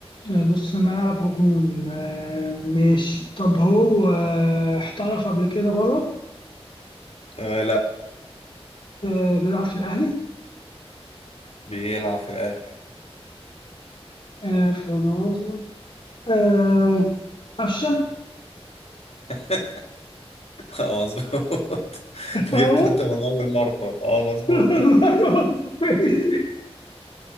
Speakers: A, on the left; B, on the left.
A: آه، نص الملعب هجوم آه ماشي طب هو آه احترف قبل كده بره
B: آه لا
A: آه بيلعب في الأهلي
B: بيلعب في الأهلي
A: آه في الوسط آه، قفشه
B: <laughs> اه مظبوط
A: تعور
B: جبته انت من أول مرة اه مظبوط
A: <laughs> ماشي